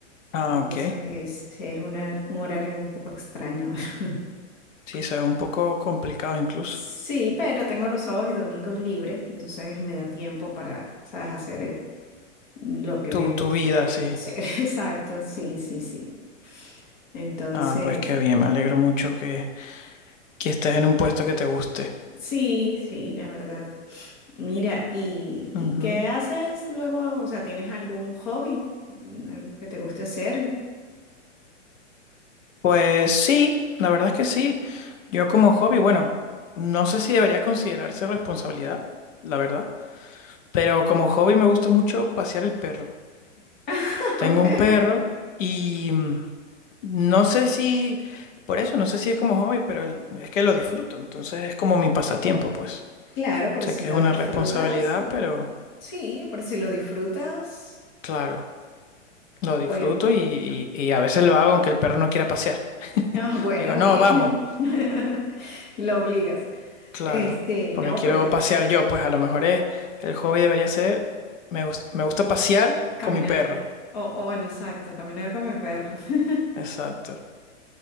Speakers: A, on the left; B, on the left.
A: ah,
B: Entonces
A: ok.
B: sí, es una- un horario un poco extraño. <laughs>
A: Sí, se ve un poco complicado incluso.
B: Sí, pero tengo los sábados y domingos libres, que entonces me da tiempo para, ¿sabes? Hacer eh, lo que me
A: Tu,
B: guste
A: tu vida, sí.
B: hacer. <laughs> Exacto, sí, sí, sí. Entonces,
A: Ah, pues qué bien, me alegro mucho que, que estés en un puesto que te guste.
B: sí, sí, la verdad. Mira, ¿y, y
A: Ujú.
B: qué haces luego? O sea, ¿tienes algún hobby? ¿Algo que te guste hacer?
A: Pues sí, la verdad es que sí. Yo como hobby, bueno, no sé si debería considerarse responsabilidad, la verdad, pero como hobby me gusta mucho pasear el perro.
B: <laughs>
A: Tengo un perro y... mm, No sé si, por eso, no sé si es como hobby, pero el- es que lo disfruto, entonces es como mi pasatiempo, pues.
B: Claro, por
A: Sé
B: si
A: que
B: lo
A: es una
B: disfrutas.
A: responsabilidad, pero
B: Sí, por si lo disfrutas.
A: claro, lo disfruto
B: Pues,
A: y, y, y a veces lo hago aunque el perro no quiera pasear.
B: ah, bueno,
A: Le digo, no,
B: bien.
A: vamos,
B: <laughs> Lo obligas.
A: claro,
B: Este,
A: porque
B: no,
A: quiero
B: pero
A: pasear yo, pues a lo mejor es, el hobby debería ser, me, gus- me gusta pasear
B: caminar.
A: con mi perro.
B: O, o bueno, exacto, caminar con mi perro. <laughs>
A: Exacto,